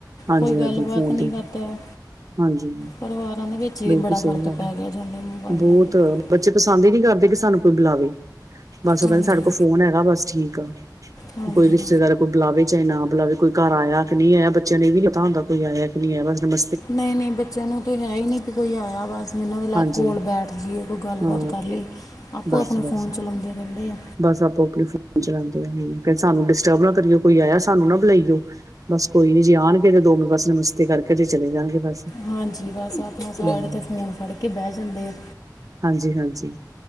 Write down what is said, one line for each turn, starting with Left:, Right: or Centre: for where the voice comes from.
Right: ਹਾਂਜੀ
Left: ਕੋਈ ਗੱਲਬਾਤ
Right: ਹਾਂਜੀ ਫੋਨ
Left: ਨਈ
Right: ਤੇ
Left: ਕਰਦਾ।
Right: ਹਾਂਜੀ
Left: ਪਰਿਵਾਰਾਂ ਦੇ ਵਿੱਚ ਏ
Right: ਬਿਲਕੁਲ
Left: ਬੜਾ
Right: ਸਹੀ
Left: ਫ਼ਰਕ
Right: ਗੱਲ
Left: ਪੈ
Right: ਹੈ
Left: ਰਹਿ ਜਾਂਦਾ ਮੋਬਾਇਲਾਂ
Right: ਬਹੁਤ
Left: ਦੇ ਕਰਕੇ।
Right: ਬੱਚੇ ਪਸੰਦ ਹੀ ਨਹੀਂ ਕਰਦੇ ਕਿ ਸਾਨੂੰ ਕੋਈ ਬੁਲਾਵੇ। ਬਸ
Left: ਹਾਂਜੀ
Right: ਉਹ ਕਹਿੰਦੇ ਸਾਡੇ ਕੋਲ ਫੋਨ ਹੈਗਾ ਬਸ ਠੀਕ ਆ
Left: ਹਾਂਜੀ
Right: ਕੋਈ ਰਿਸ਼ਤੇਦਾਰ ਕੋਈ ਬੁਲਾਵੇ ਚਾਹੇ ਨਾ ਬੁਲਾਵੇ ਕੋਈ ਘਰ ਆਇਆ ਨਹੀਂ ਆਇਆ ਬੱਚਿਆਂ ਨੇ ਇਹ ਵੀ ਪਤਾ ਹੁੰਦਾ ਕੋਈ ਆਇਆ ਨਈ ਆਇਆ ਬਸ ਨਮ
Left: ਨਈ-ਨਈ ਬੱਚਿਆਂ ਨੂੰ ਤਾਂ ਹੈ ਹੀ ਨੀ ਵੀ ਕੋਈ ਆਇਆ ਬਸ ਏਨਾਂ ਦੇ ਲਾਗੇ
Right: ਹਾਂਜੀ
Left: ਕੋਲ ਬੈਠ ਜਾਈਏ ਕੋਈ ਗੱਲਬਾਤ
Right: ਹਾਂ
Left: ਕਰ ਲਈਏ। ਆਪੋ
Right: ਬਸ
Left: ਆਪਣੇ
Right: ਬਸ
Left: ਫੋਨ ਚਲਾਉਂਦੇ ਰਹਿੰਦੇ ਆ।
Right: ਬਸ ਆਪੋ ਆਪਣੀ ਫੋਨ ਚਲਾਦੇ ਆ ਹੂੰ ਸਾਨੂੰ ਡਿਸਟਰਬ ਨਾ ਕਰੀਓ ਕੋਈ ਆਇਆ ਸਾਨੂੰ ਨਾ ਬੁਲਾਈਓ। ਬਸ ਕੋਈ ਨੀ ਜੇ ਆਣਗੇ ਤੇ ਦੋ ਮ ਬਸ ਨਮਸਤੇ ਕਰਕੇ ਤੇੇ ਚਲੇ ਜਾਣਗੇ ਬਸ।
Left: ਹਾਂਜੀ ਬਸ ਆਪਣਾ
Right: ਹਮ
Left: ਸਾਈਡ ਤੇ ਫੋਨ ਫੜ ਕੇ ਬਹਿ ਜਾਂਦੇ ਆ।
Right: ਹਾਂਜੀ-ਹਾਂਜੀ